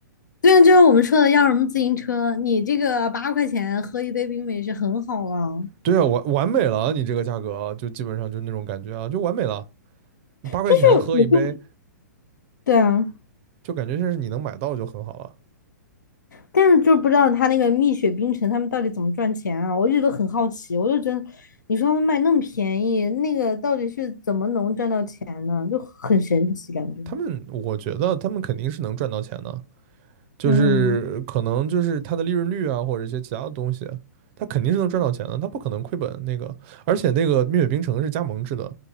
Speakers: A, on the left (about 80°); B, on the right (about 40°).
A: 对啊，就是我们说的要什么自行车，你这个八块钱喝一杯冰美式很好啊。
B: 对啊，完完美了啊，你这个价格啊就基本上就那种感觉啊，就完美了。八块钱喝一杯，
A: 就是我就对啊，
B: 就感觉像是你能买到就很好了。
A: 但是就是不知道他那个蜜雪冰城他们到底怎么赚钱啊，我一直都很好奇。我就觉得，你说他们卖那么便宜，那个到底是怎么能赚到钱呢？就很神奇感觉。
B: 他们，我觉得他们肯定是能赚到钱的。就是可能就是它的利润率啊，
A: 嗯，
B: 或者一些其他的东西，它肯定是能赚到钱的，它不可能亏本那个。而且那个蜜雪冰城是加盟制的，